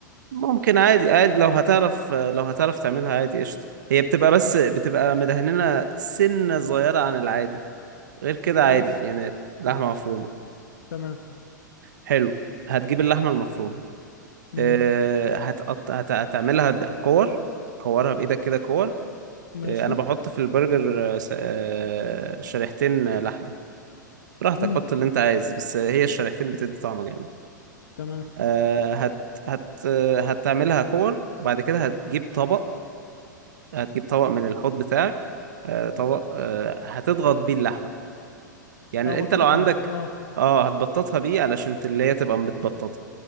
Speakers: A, on the right; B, on the left.
A: ممكن عادي عادي لو هتعرف لو هتعرف تعملها عادي قشطة هي بتبقى بس
B: ماشي
A: بتبقى مدهننة سنة صغيرة عن العادي غير كده عادي
B: ماشي
A: يعني لحمة
B: ماشي
A: مفرومة
B: تمام
A: حلو هتجيب اللحمة المفرومة
B: امم
A: أه هتقط... هت... هتعملها د- كور كورها بإيدك كده كور
B: ماشي
A: أه أنا بحط في البرجر أه س- آه، شريحتين لحمة براحتك
B: امم.
A: حط اللي أنت عايز بس هي الشريحتين بتدي طعم جامد
B: تمام
A: آه، هت هت آه، هتعملها كور وبعد كده هتجيب طبق هتجيب طبق من الحوض بتاعك آه، طبق آه، هتضغط بيه اللحمة يعني
B: اه بطاطها
A: انت لو عندك
B: اه
A: اه هتبططها بيه علشان اللي هي تبقى متبططة